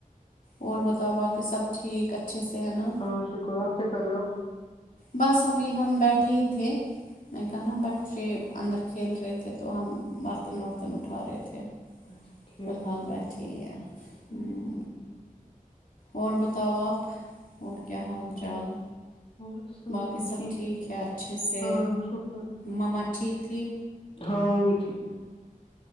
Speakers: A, on the left; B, on the left.
A: اور بتاؤ باقی سب ٹھیک اچھے سے ہے نا
B: ہاں شکر آپ کیا کر رہے ہو آپ
A: بس ابھی ہم بیٹھے ہی تھے میں کہا نا بچے اندر کھیل رہے تھے تو ہم برتن ورتن اٹھا رہے تھے
B: اچھا ٹھیک
A: فی الحال بیٹھے ہے ہمم
B: ہوں
A: اور بتاؤ آپ اور کیا حال
B: ہ
A: چال
B: <unintelligible> بس اوکے
A: باقی سب
B: ٹھیک
A: ہے اچھے سے
B: ہاں شکر
A: مما ٹھیک تھی
B: ہاں وہ بھی ٹھیک